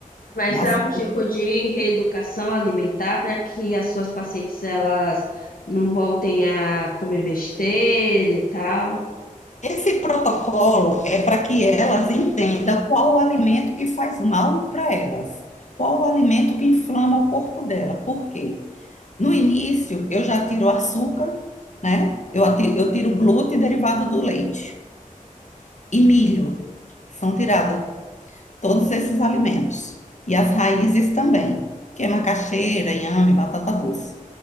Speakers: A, on the left (about 80°); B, on the left (about 55°).
A: Mas
B: na
A: há
B: sequência.
A: um tipo de reeducação alimentar para que as suas pacientes elas não voltem a comer besteira e tal.
B: Esse protocolo é para que elas entendam qual o alimento que faz mal para elas, qual o alimento que inflama o corpo dela. Por quê? No início eu já tiro açúcar, né? Eu ati- eu tiro glúten derivado do leite e milho são tirados todos esses alimentos e as raízes também, que é macaxeira, inhame, batata doce.